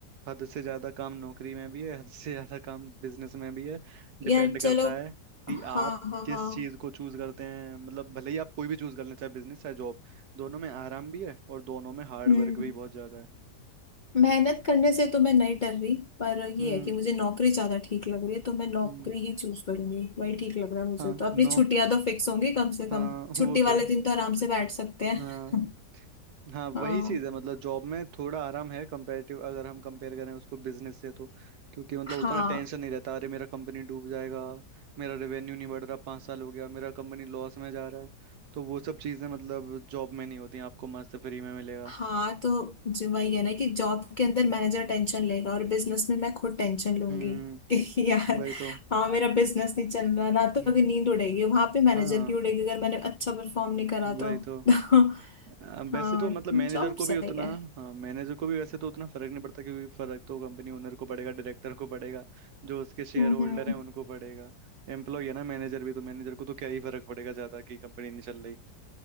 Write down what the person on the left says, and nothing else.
यार चलो
हाँ
हाँ
हाँ
हम्म
मेहनत करने से तो मैं नहीं डर रही पर ये
है कि मुझे नौकरी ज्यादा ठीक लग रही है तो मैं नौकरी
ही चूज करूंगी वही ठीक लग रहा है मुझे
तो अपनी
छुट्टियां तो फिक्स होंगी कम से
कम
छुट्टी
वाले
दिन तो आराम से बैठ सकते हैं
<laughs>
हाँ
हाँ
हाँ तो जो वही है ना कि जॉब के अंदर मैनेजर टेंशन लेगा और बिजनेस में मैं खुद टेंशन लूंगी
<laughs> कि यार
हाँ मेरा बिजनेस नहीं चल रहा रातों
की नींद उड़ेगी वहां पे मैनेजर
की उड़ेगी अगर मैंने अच्छा परफॉर्म नहीं करा
तो <laughs>
हाँ
जॉब
सही
है
हम्म
हम्म,